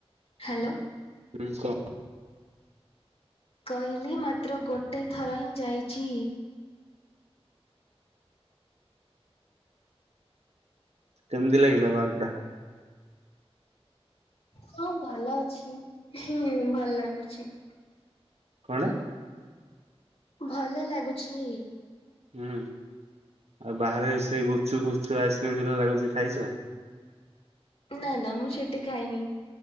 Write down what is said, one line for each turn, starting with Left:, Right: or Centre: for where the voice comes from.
Left: ହ୍ୟାଲୋ।
Right: <unintelligible>
Left: କହିଲି ମାତ୍ର ଗୋଟେ ଥର ହିଁ ଯାଇଛି।
Right: କେମିତି କହିବି ଲାଗିଲା ବାର୍ଗଟା?
Left: ହଁ ଭଲ ଅଛି ଭଲ୍ ଲାଗୁଛି।
Right: କଣଟା?
Left: ଭଲ ଲାଗୁଛି।
Right: ହୁଁ। ଆଉ ବାହାରେ ସେ ଗୁପଚୁପ ଫୁଚୁପ୍ ଆଇସ୍କ୍ରିମ୍ ଯୋଉଗୁଡ଼ା ଲାଗୁଛି ଖାଇଛ?
Left: ନା ନା ମୁଁ ସେଠି ଖାଇନି।